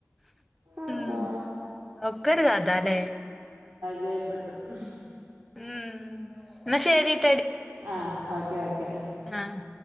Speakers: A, on the right; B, in the centre.
A: അല്ലാ
B: ഉം ഒക്കൊരു കഥ ലേ
A: ജയപ്പെട്ടു <inaudible>
B: ഉം ന്ന ശരി
A: ആഹ് ഓക്കെ ഓക്കെ ആ
B: ആഹ്